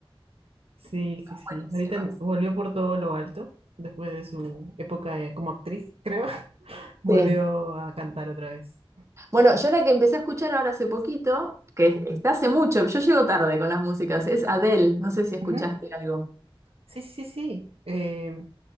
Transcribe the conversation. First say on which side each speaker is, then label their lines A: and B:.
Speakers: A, on the right (about 85°); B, on the right (about 30°).
A: Sí, sí, sí.
B: buenísimas.
A: Ahorita volvió por todo lo alto, después de su época eh, como actriz, creo. <laughs> Volvió
B: Sí.
A: a cantar otra vez.
B: Bueno, yo la que empecé a escuchar ahora hace poquito, que está hace mucho, yo llego tarde con las músicas, es Adele, no sé si escuchaste
A: Ujú.
B: algo.
A: Sí, sí, sí, sí. Eh,